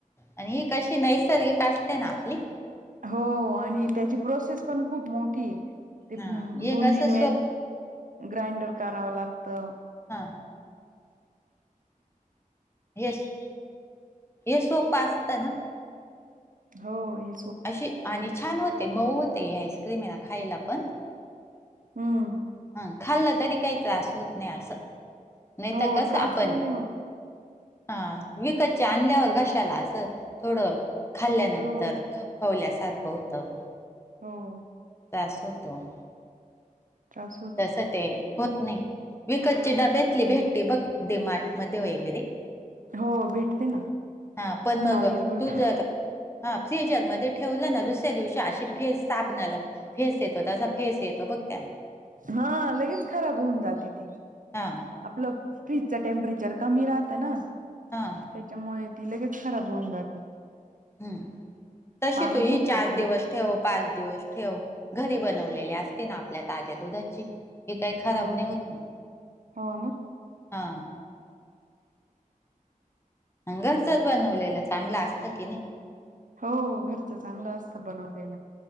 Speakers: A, on the left; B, on the right.
A: आणि ही कशी नैसर्गिक असते ना आपली
B: हो आणि त्याची प्रोसेस पण खूप मोठी. ते
A: हा हे
B: दोन
A: कसं
B: तीन
A: सोप
B: वेळेस ग्राइंडर करावं लागतं.
A: हा येस सोपं असत ना
B: हो ह
A: अशी आणि छान होते मऊ होते ह आईस्क्रीम आहे ना खायला पण
B: हम्म
A: हा खाल्लं तरी काही त्रास होत नाही असं नाही
B: हो
A: तर कस
B: त्रास
A: आपण
B: पण नाही होत.
A: हा विकतच्या आणल्यावर घशाला असं थोडं खाल्ल्यानंतर
B: हो
A: खवल्यासारखं होतं
B: हो
A: तास होतो <inaudible>
B: त्रास होतो
A: तसं ते होत नाही विकतची डब्यातली भेटीती मार्ट मध्ये वगैरे.
B: हो भेटते ना.
A: हा पण मग
B: बाहेर भरपूर
A: तुझं आ. हा फ्रिजरमध्ये ठेवलं ना दुसऱ्या दिवशी अशी फेस साबणाला फेस येतो तसा फेस येतो बघ त्याला.
B: हा लगेच खराब होऊन जाती ती.
A: हा
B: आपलं फ्रीजच टेम्परेचर कमी राहतं ना.
A: हा
B: त्याच्यामुळे ती लगेच खराब होऊन जाते.
A: हम् तशी
B: पाणी
A: तु ये
B: सुटतं
A: चार
B: तिला
A: दिवस. ठेव पाच दिवस ठेव घरी बनवलेले असते ना आपल्या ताज्या दुधाची. हे काही खराब
B: हो
A: नाही होत
B: हो ना.
A: हा. घरचाच बनवलेलं चांगलं असतं की नाही.
B: हो घरचं चांगलं असतं बनवलेलं.